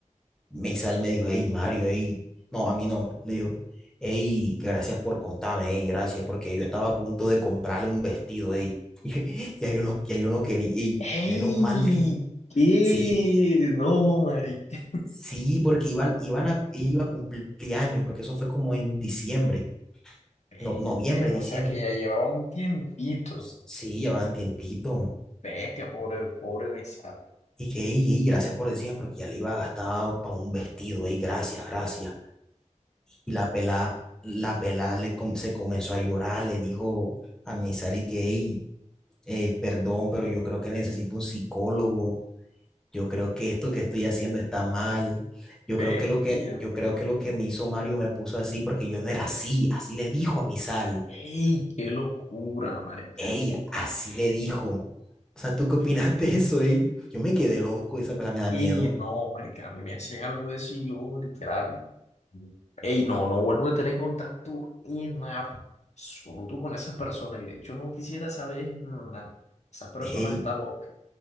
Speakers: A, in the centre; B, on the left.
A: mi me dijo, hey, Mario, hey, no, a mí no. Le dijo, hey, gracias por contarme, hey, gracias, porque yo estaba a punto de comprarle un vestido, hey. <laughs> y yo no, ya yo no quería, hey,
B: ¡Ey!
A: menos mal que,
B: ¿Qué?
A: sí.
B: No, marica.
A: Sí, porque iban, iban a, ella iba a cumplir años, porque eso fue como en diciembre,
B: Bestia,
A: no, noviembre,
B: ve, o
A: diciembre.
B: sea que ya llevaba un tiempito.
A: S- Sí, llevaban tiempito.
B: Bestia, pobre, pobre Misato.
A: Y que, y, gracias por decirme, porque ya le iba a gastar para un vestido, y gracias, gracias. Y la pelá, la pelá le com- se comenzó a llorar, le dijo a Misari que, ey, eh, perdón, pero yo creo que necesito un psicólogo yo creo que esto que estoy haciendo está mal. Yo
B: Bestia.
A: creo que lo que, yo creo que lo que me hizo Mario me puso así porque yo no era así. Así le dijo a mi sal.
B: ¡Ey! ¡Qué locura, marica!
A: Ey, así le dijo. O sea, ¿tú qué opinas de eso, ey? Yo me quedé loco, esa pela me da
B: ¡Ey!
A: miedo.
B: No, marica, me me hacen algo de eso y yo, literal. ¡Ey! No, no vuelvo a tener contacto en absoluto con esa persona. Y de hecho no quisiera saber nada. Esa persona
A: Ey,
B: está loca.